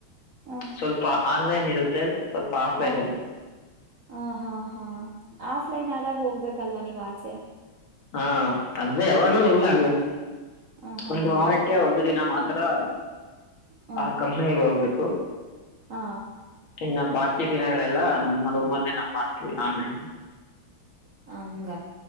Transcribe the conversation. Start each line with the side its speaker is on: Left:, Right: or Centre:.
Right: ಹ
Left: ಸ್ವಲ್ಪ ಆನ್ಲೈನ್ ಇರುತ್ತೆ ಸ್ವಲ್ಪ ಆಫ್ಲೈನ್
Right: ಹ
Left: ಇರುತ್ತೆ.
Right: ಹ ಹಾ ಹಾ ಆಫ್ಲೈನ್ ಆದಾಗ ಹೋಗ್ಬೇಕಲ್ವ ನೀವ ಆಚೆ
Left: ಹಾ ಅಂದ್ರೆ ಯಾವಾಗೂ ಇಲ್ಲ ಅಲ್ಲ
Right: ಹ ಹಾ
Left: ಒಂದು
Right: ಹಂಗೆ
Left: ವಾರಕ್ಕೆ ಒಂದು ದಿನ ಮಾತ್ರ ಆರ
Right: ಹ
Left: ಆ ಕಂಪನಿಿಗೆ ಹೋಗ್ಬೇಕು
Right: ಹಾ
Left: ಇನ್ನ ಬಾಕಿ ದಿನಗಳೆಲ್ಲಾ ನಮ್ಮ ರೂಮಲ್ಲೇ ನಾವು ಮಾಡ್ತೀವಿ ಆನ್ಲೈನ್
Right: ಹಂಗ